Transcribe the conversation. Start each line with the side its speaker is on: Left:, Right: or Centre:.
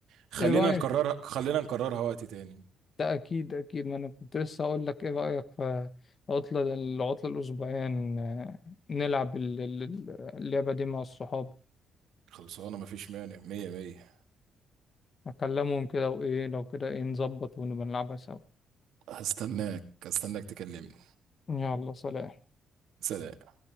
Right: خلينا
Left: رأيك
Right: نكررها خلينا نكررها وقت تاني
Left: ده اكيد اكيد ما انا كنت لسه اقول لك ايه رأيك في عطلة العطلة الاسبوعية ن- نلعب ال- ال- اللعبة دي مع الصحاب
Right: خلصانة مفيش مانع مية مية
Left: اكلمهم كده وايه لو كده ايه نظبط ونبقى نلعبها سوا
Right: هستناك هستناك تكلمني
Left: يلا سلام
Right: سلام